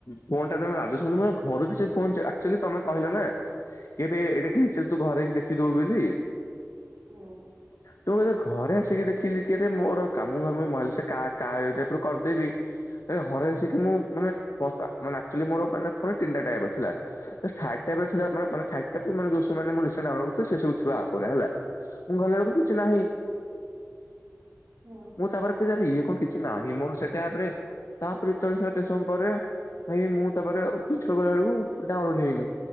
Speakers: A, on the left (about 75°); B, on the right (about 85°).
A: ଫୋନ ଟା ତମେ ରାଜେଶ କୁ ଘର କିଛି ଫୋନ ସେ ଆକ୍ଚୁଲି ତମେ କହିଲ ନା କେବେ ଏଇଟା କିିଚ ତୁ ଘରେ ହେକି ଦେଖିଇଦବୁ ବୋଲି
B: ହୁଁ
A: ତୁ କ ଘରେ ଆସିକି ଦେଖିଲି କିରେ ମୋର କାମୁା ମୁ ମୋର ସେ କା କର୍ୟା ଆପ ରୁ କରିଦେବି। ହରେସିକି ମୁଁ ମାନେ ଏକ୍ଟୁଏଲୀ ମୋର କହିଲେ ପୁରା ତିନିଟା ଟାବ ଥାର୍ଡ ଟାଵ ରେ ଥିଲା ମାନେ ମାନେ ଥାର୍ଡ ଯୋଉ ସେ ସବୁ ମାନେ ମୁଁ ରିସେଣ୍ଟ ଡାଉନଲୋଡ୍ ଥିବ ସେ ସବୁ ଥିବ ଆପ ଗୁଡ଼ା ହେଲା ମୁଁ ଗଲା ବେଲକୁ
B: ହୁଁ
A: କିଛି ନାହିଁ
B: ହଁ
A: ମୁଁ ତାପରେ ଇଏ କଣ କିଛି ନାହିଁ ମୋର ସେଟାରେ ଆପରେ ତାପରେ କିଛି ସମୟ ପରେ ହାଇ ମୁଁ ତାପରେ ଅଫିସ ରୁ ଗଲା ବେଳକୁ ଡାଉନଲୋଡ ହେଇନି